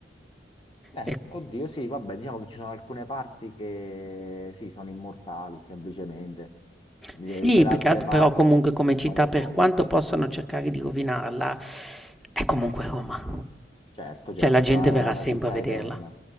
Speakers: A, on the left; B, in the centre.
A: Eh,
B: E-
A: oddio, sì, vabbè, diciamo che ci sono alcune parti che sì, sono immortali, semplicemente. Eh,
B: Sì,
A: Per
B: più
A: altre
B: che altro-
A: parti
B: però comunque come città,
A: non lo
B: per
A: so.
B: quanto possano cercare di rovinarla, è comunque Roma.
A: Certo,
B: Cioè,
A: certo,
B: la gente
A: la,
B: verrà
A: la
B: sempre
A: città
B: a vederla.
A: eterna.